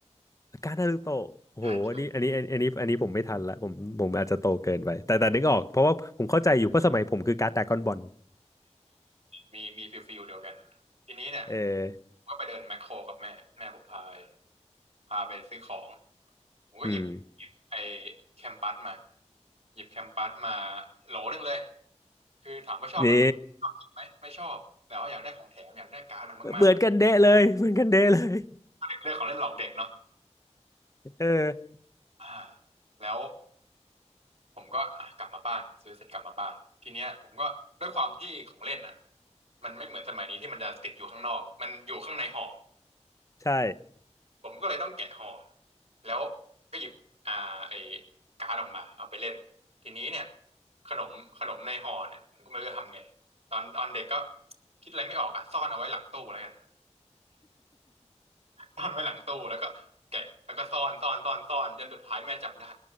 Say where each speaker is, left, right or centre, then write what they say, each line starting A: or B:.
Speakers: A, on the left (about 25°); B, on the right (about 60°).
A: การ์ดนารูโตะโอ้โหอันนี้อันนี้อันนี้อันนี้ผมไม่ทันละผมผมอาจจะโตเกินไป
B: ใช่
A: แต่แต่นึกออก เพราะว่าผมเข้าใจอยู่เพราะสมัยผมคือการ์ดดราก้อนบอล
B: มีมีฟิลฟิลเดียวกันทีนี้เนี่ย
A: เออ
B: ก็ไปเดินแมคโครกับแม่แม่ผมพาไปพาไปซื้อของผมก็หยิบหยิบไอ้
A: อืม
B: แคมปัสมาหยิบแคมปัสมาโหลหนึงเลยคือถามว่าชอบรสชาติชอบกินไหมไม่ชอบแต่ว่าอยากได้ของแถมอยากได้การ์ดมันมาก
A: นี่เหมือนกันเดะเลยเหมือนกันเดะเลย
B: ๆเด็กเรื่องของเล่นหลอกเด็กเนาะ
A: เออ
B: อ่าแล้ว ผมก็อ่ะกลับมาบ้านซื้อเสร็จกลับมาบ้านทีเนี้ยผมก็ด้วยความที่ของเล่นอ่ะมันไม่เหมือนสมัยนี้ที่มันจะติดอยู่ข้างนอกมันอยู่ข้างในห่อ
A: ใช่
B: ผมก็เลยต้องแกะห่อแล้วก็หยิบอ่าไอ้การ์ดออกมาเอาไปเล่นทีนี้เนี่ยขนมขนมในห่อเนี่ยผมก็ไม่รู้จะทำไงตอนตอนเด็กก็คิดอะไรไม่ออกอ่ะซ่อนเอาไว้หลังตู้แล้วกัน <laughs> ซ่อนไว้หลังตู้แล้วก็แกะแล้วก็ซ่อนซ่อนซ่อนซ่อนจนสุดท้ายแม่จับได้